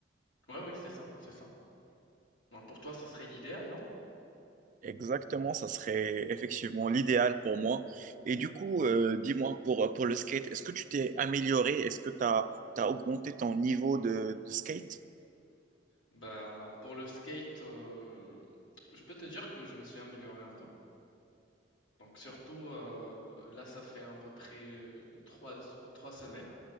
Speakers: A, on the left; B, on the right.
A: Oui, oui, c'est ça, c'est ça. Non, pour toi, ça serait l'idéal, non?
B: Exactement, ça serait effectivement l'idéal pour moi. Et du coup, euh, dis-moi, pour, pour le skate, est-ce que tu t'es amélioré? Est-ce que tu as, augmenté ton niveau de, de skate?
A: Bah, pour le skate, euh, je peux te dire que je me suis amélioré un peu. Donc surtout, euh, là, ça fait à peu près euh, trois, trois trois semaines.